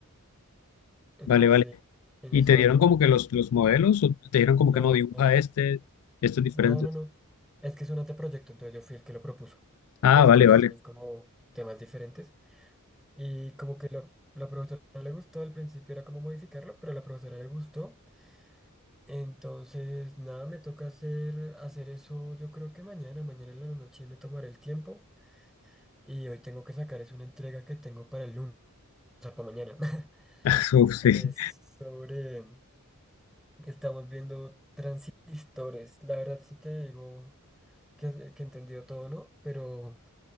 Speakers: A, in the centre; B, on the left (about 65°).
A: Entonces,
B: Vale, vale.
A: sí, en
B: ¿Y
A: eso
B: te dieron
A: ando.
B: como que los, los modelos o te dieron como
A: No,
B: que no dibuja este, estos diferentes?
A: no, no, no. Es que es un anteproyecto, entonces yo fui el que lo propuso.
B: Ah,
A: Entonces
B: vale,
A: todos
B: vale.
A: tienen como temas diferentes. Y como que la, la profesora no le gustó, al principio era como modificarlo, pero a la profesora le gustó. Entonces, nada, me toca hacer, hacer eso yo creo que mañana, mañana en la noche me tomaré el tiempo y hoy tengo que sacar es una entrega que tengo para el lunes, o sea, para mañana, <laughs>
B: <laughs> Uf, sí.
A: que es sobre, que estamos viendo historias. La verdad sí te digo que, que entendió todo, ¿no? Pero